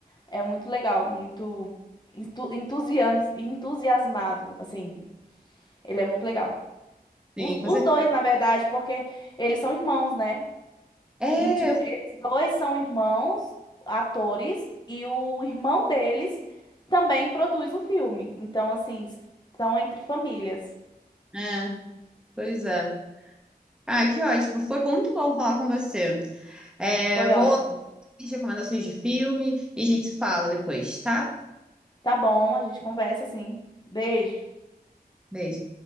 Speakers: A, on the left (about 25°); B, in the centre.
A: É muito legal, muito entu- entusias- entusiasmado, assim. Ele é muito legal.
B: Sim,
A: Os,
B: com
A: os
B: certeza.
A: dois, na verdade, porque eles são irmãos, né?
B: É,
A: E, tipo,
B: eu-
A: eles dois são irmãos, atores, e o irmão deles também produz o filme. Então, assim, estão entre famílias.
B: é, pois é. Ah, que ótimo. Foi muito bom falar com você. É,
A: Foi
B: vou
A: ótimo.
B: recomendações de filme e a gente se fala depois, tá?
A: Tá bom, a gente conversa, sim. Beijo.
B: Beijo.